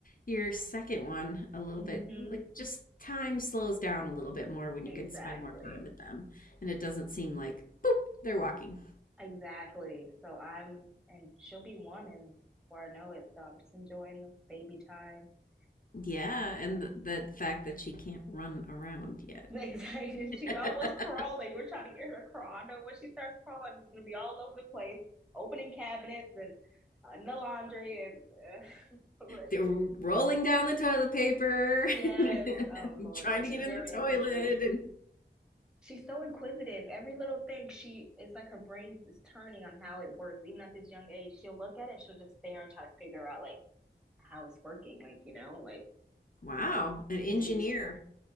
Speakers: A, on the left; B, in the centre.
A: your second one a little
B: Mm-hmm.
A: bit. Like just time slows down a little bit more when
B: Exactly.
A: you can spend more time with them and it doesn't seem like boop, they're walking.
B: Exactly. So I'm, and she'll be one, and before I know it, so I'm just enjoying this baby time.
A: Yeah,
B: And um,
A: and th the fact that she can't run around
B: <laughs>
A: yet.
B: exactly, she's
A: <laughs>
B: almost crawling. We're trying to get her to crawl. I know when she starts crawling, she's gonna be all over the place, opening cabinets and uh, the laundry and. Uh,
A: They're
B: <laughs>
A: rolling down the toilet paper,
B: Yes,
A: <laughs>
B: oh Lord.
A: trying
B: And
A: to
B: she's
A: get
B: very
A: in the toilet
B: adventurous.
A: and
B: She's so inquisitive. Every little thing, she it's like her brain is turning on how it works. Even at this young age, she'll look at it, she'll just stare and try to figure out like how it's working. Like, you know, like,
A: wow, an engineer.
B: geez,